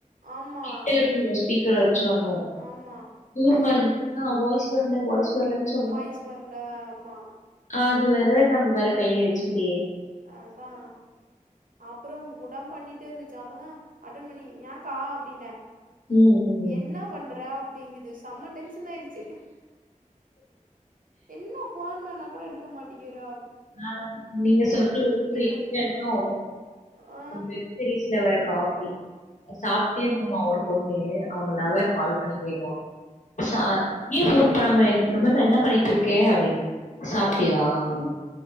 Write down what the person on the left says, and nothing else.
கிட்ட இருக்கணு ஸ்பீக்கர் வெச்சாலு
தூரமா
இருந்துச்சுன்னா வாய்ஸ் வர்ல வாய்ஸ் வர்ல சொ
அது வேற நம்ம வேற கையில வெச்சுக்கிட்டே
ம், ம்.
ஆ நீங்க சொல்ற ஒருவ்வொரு இன்சிடென்ட்டு
வந்து சீரிஸ் வற காமெடி சாப்ட்டே இருக்குமா ஒரு பொண்ணு அவங்க லவ்வர் கால் பண்ணி கேக்குவா
சா ஏ போன் இப்ப நம்ம இந்த மாரி என்ன பண்ணிட்டு இருக்கே அப்டின்னு சாப்ட்டியா அப்டின்